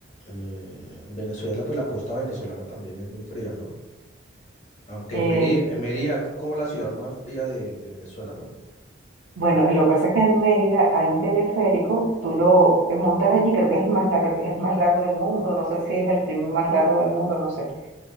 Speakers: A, on the left; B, on the right.
A: eh, en Venezuela, pues la costa venezolana también es muy fría, ¿no? Aunque
B: Eh,
A: Mérida, Mérida es como la ciudad más fría de, de Venezuela, ¿no?
B: bueno, lo que pasa es que en Mérida hay un teleférico, tú lo te montas allí, creo que es el más largo, es más largo del mundo, no sé si es el primer más largo del mundo, no sé